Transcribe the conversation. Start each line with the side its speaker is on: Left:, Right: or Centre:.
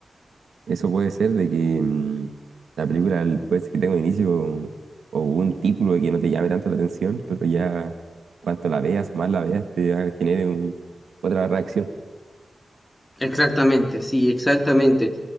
Right: Eso puede ser de que mm, la película el- puede ser que tenga un inicio o un título que no te llame tanto la atención, pero ya cuanto la veas o más la veas, te haga- genere un- otra reacción.
Left: Exactamente, sí, exactamente.